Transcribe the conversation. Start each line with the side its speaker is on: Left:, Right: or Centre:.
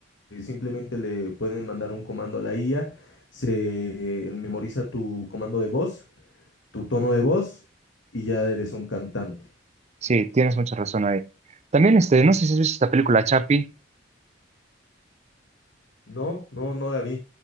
Left: simplemente le pueden mandar un comando a la IA, se memoriza tu comando de voz, tu tono de voz y ya eres un cantante.
Right: Sí, tienes mucha razón ahí. También, este, no sé si has visto esta película Chapi.
Left: No, no, no la vi.